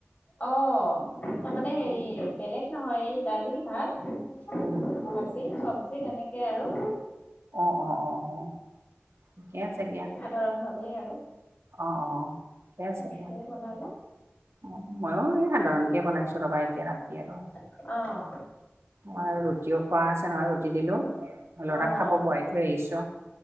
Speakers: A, on the left (about 30°); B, on the right (about 75°).
A: অ, তা মানে হেৰি বেলেগ নহয় এই দালি, ভাত
B: উম,
A: ভাজি চব্জি তেনেকে আৰু।
B: অ', অ', অ', অ', ঠিকে আছে দিয়া।
A: ধৰণভাৱেই আৰু।
B: অ', অ', ঠিকে আছে
A: তেনেকেই
B: দিয়া
A: বনালো
B: অ, ময়ো এই সাধাৰণকে বনাই ছো ৰবা এতিয়া ৰাতি আৰু।
A: অ', অ',
B: মই আৰু ৰুটিও খোৱা আছে নহয় ৰুটি দিলো। লৰাক
A: অ',
B: খাব
A: অ',
B: বোৱাই থৈ আহিছো